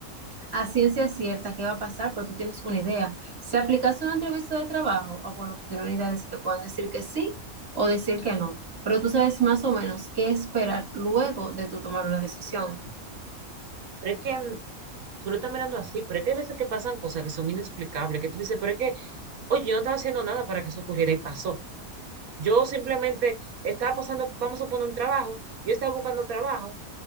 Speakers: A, on the right; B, on the right.
A: a ciencia cierta qué va a pasar, pero tú tienes una idea. Si aplicaste una entrevista de trabajo, ah, bueno, tú tienes una idea de si te pueden decir que sí o decir que no, pero tú sabes más o menos qué esperar luego de tú tomar una decisión.
B: Pero es que mm, tú lo estás mirando así, pero es que hay veces que pasan cosas que son inexplicables, que tú dices, pero es que, oye, yo no estaba haciendo nada para que eso ocurriera y pasó. Yo simplemente estaba pasando, vamos a poner un trabajo, yo estaba buscando trabajo,